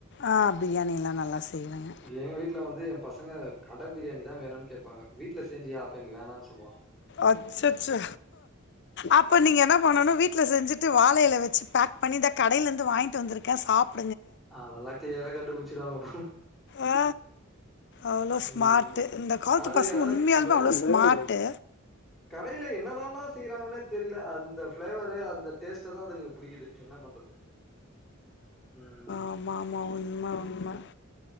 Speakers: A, on the left; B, in the centre.
A: ஆ பிரியாணியெல்லா நல்லா செய்வங்க
B: எங் வீட்ல வந்து ஏ பசங்க கட பிரியாணி தா வேணு கேபாங்க வீட்ல செஞ்சியா அப்ப எனக்கு வேணான் சொல்வாங்
A: அச்சசோ அப்ப நீங்க என்னா பண்ணு வீட்ல செஞ்சு து வாழைல வெச்சு பேக் பண்ணி த கடைலந்து வாங்கிட்டு வந்துருக்க சாப்ட்டு
B: அதல்லாம் க்ளியரா கண்டுபுச்சிடுவாங்கு
A: ஆ அவ்வளோ ஸ்மார்ட்டு
B: ம் ம்
A: இந்த காலத்து
B: அது
A: பசங்க
B: அதா
A: உண்மையாலுமே
B: அந்த
A: அவ்வளோ ஸ்மார்ட்டு
B: கடையில என்ன தாண்டா செய்றாங்கன்னே தெரில அந்த ஃப்ளேவரு அந்த டேஸ்ட்ட தா அதுங்ளுக்கு புடிக்கிது என்ன பண்றது ம்
A: ஆமாமா உண்மா உண்ம